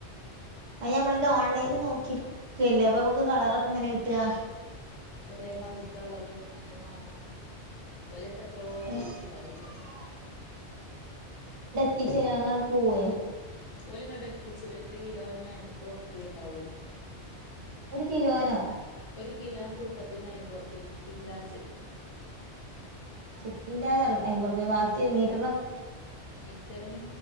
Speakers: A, on the right (about 75°); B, on the left (about 50°).
A: അത് നമ്മള ഓൺലൈനിൽ നോക്ക കില്ലേ അപ്പൊ നമുക്ക് കളറൊക്കെ എങ്ങനെ കിട്ടുക
B: ഒരേ മതിരിത്ത കളറ് അങ്ങനെ വാങ്ങണം ഒലത്ത് എത്രോ
A: അയിന്
B: പീസ് ഉണ്ടാവല്ലോ
A: എത്തിച്ചരാൻ നമ്മള പോവേ
B: ഓലിുംങ്ങട്ട എത്തിച്ചി ഒരു കിലോഞ്ഞ അൻമ്പത് റുപ്യ ഉണ്ടാവുള്ളു
A: ഒരു കിലോനോ
B: ഒരു കിലോം തൂക്കത്തിന് അമ്പത്റുപ്യ ഷിപ്പിങ് ചാർജ്
A: ഷിപ്പിങ് ചാജ അമ്പത്ുപ വാക്ക മീറ്റർ
B: മീറ്ററിന്